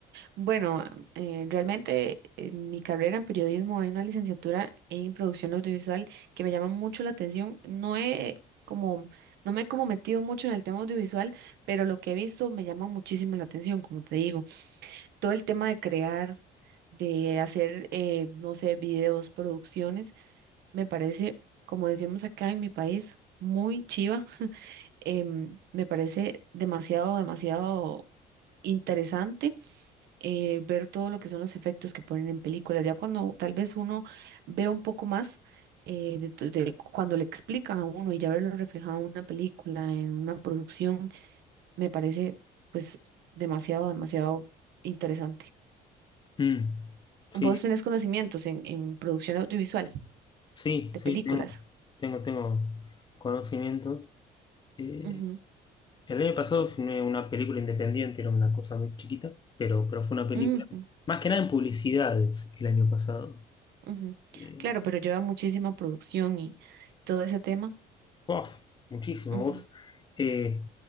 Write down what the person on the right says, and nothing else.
Bueno, eh, realmente eh, mi carrera en periodismo hay una licenciatura en producción audiovisual que me llama mucho la atención. No he como, no me he como metido mucho en el tema audiovisual, pero lo que he visto me llama muchísimo la atención, como te digo. Todo el tema de crear, de hacer, eh, no sé, videos, producciones, me parece, como decimos acá en mi país, muy chiva. Em, me parece demasiado, demasiado interesante eh, ver todo lo que son los efectos que ponen en películas. Ya cuando tal vez uno ve un poco más eh, de, to- de cuando le explican a uno y ya verlo reflejado en una película, en una producción, me parece pues demasiado, demasiado interesante.
¿Vos tenés conocimientos en, en producción audiovisual
de
películas?
Ujú,
ujú,
ujú.
Claro, pero lleva muchísima producción y todo ese tema.
Ujú,